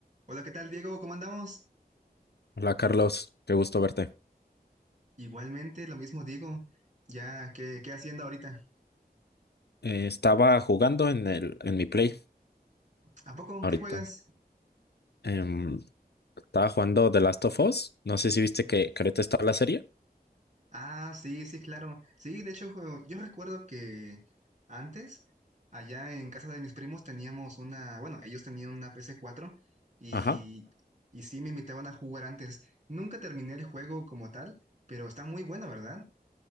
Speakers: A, on the right; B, on the left.
A: Hola, ¿qué tal, Diego? ¿Cómo andamos?
B: Hola Carlos, qué gusto verte.
A: Igualmente, lo mismo digo. Ya, ¿qué, qué haciendo ahorita?
B: Eh, estaba jugando en el, en mi Play
A: ¿A poco?
B: ahorita.
A: ¿Qué juegas?
B: Em, estaba jugando The Last of Us. No sé si viste que, que ahorita está la serie.
A: Ah, sí, sí, claro. Sí, de hecho, jo- yo recuerdo que antes, allá en casa de mis primos, teníamos una, bueno, ellos tenían una pc cuatro y,
B: Ajá.
A: y sí me invitaban a jugar antes. Nunca terminé el juego como tal, pero está muy bueno, ¿verdad?